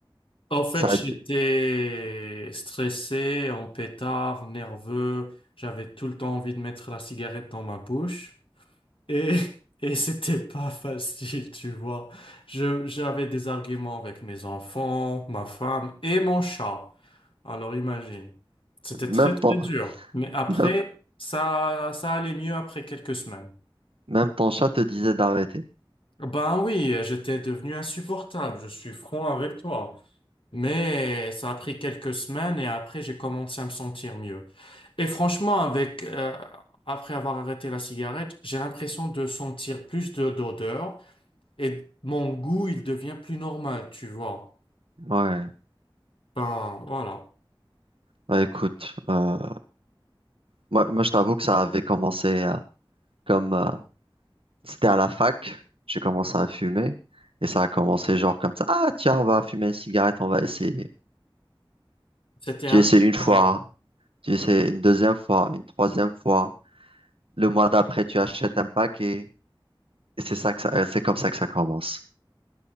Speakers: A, on the left (about 75°); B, on the right (about 90°).
A: En fait,
B: Ça,
A: j'étais
B: a-
A: stressé, en pétard, nerveux. J'avais tout le temps envie de mettre la cigarette dans ma bouche. Et, <laughs> et c'était pas facile, tu vois. Je, j'avais des arguments avec mes enfants, ma femme et mon chat. Alors imagine. C'était
B: même
A: très, très
B: temps.
A: dur. Mais après,
B: <laughs>
A: ça, ça allait mieux après quelques semaines.
B: Même ton chat te disait d'arrêter.
A: Ben oui, j'étais devenu insupportable, je suis franc avec toi. Mais ça a pris quelques semaines et après j'ai commencé à me sentir mieux. Et franchement, avec euh, après avoir arrêté la cigarette, j'ai l'impression de sentir plus de d'odeur et mon goût, il devient plus normal, tu vois.
B: Ouais,
A: Ben voilà.
B: bah écoute, euh, moi, moi je t'avoue que ça avait commencé euh, comme euh, c'était à la fac, j'ai commencé à fumer et ça a commencé genre comme ça. Ah tiens, on va fumer une cigarette, on va essayer.
A: C'était
B: Tu
A: un
B: essaies
A: peu,
B: une fois,
A: euh,
B: tu essaies une deuxième fois, une troisième fois. Le mois d'après, tu achètes un paquet et c'est ça que ça, c'est comme ça que ça commence.